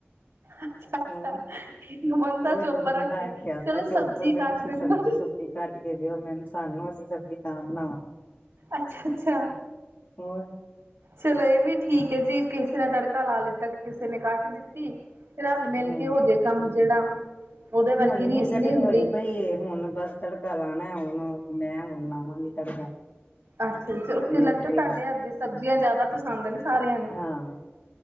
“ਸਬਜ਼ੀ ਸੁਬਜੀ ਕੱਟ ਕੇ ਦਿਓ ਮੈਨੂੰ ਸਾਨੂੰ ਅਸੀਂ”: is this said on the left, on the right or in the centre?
Left